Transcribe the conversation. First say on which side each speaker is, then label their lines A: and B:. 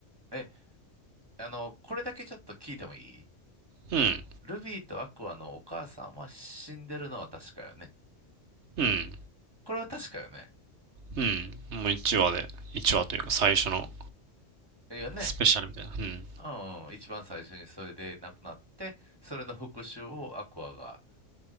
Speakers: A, on the right (about 20°); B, on the right (about 65°).
A: え、あの、これだけちょっと聞いてもいい
B: うん。
A: ルビーとアクアのお母さんは死んでるのは確かよね。
B: うん。
A: これは確かよね。
B: うん。もう1話で、1話というか最初の
A: いいよね。
B: スペシャルみたいな。うん。
A: うんうん。一番最初にそれで亡くなって、それの復讐をアクアが、